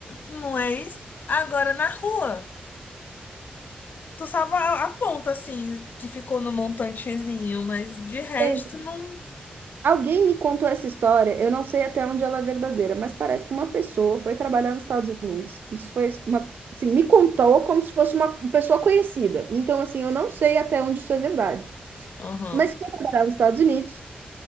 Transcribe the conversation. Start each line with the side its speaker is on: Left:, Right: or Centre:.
Left: Não é isso? Agora na rua. Tu salva a a ponta, assim, que ficou no montantezinho, mas de resto
Right: Tem.
Left: não.
Right: Alguém me contou essa história, eu não sei até onde ela é verdadeira, mas parece que uma pessoa foi trabalhar nos Estados Unidos. Isso foi uma, assim, me contou como se fosse uma pessoa conhecida. Então, assim, eu não sei até onde isso é verdade.
Left: Aham.
Right: Mas foi trabalhar nos Estados Unidos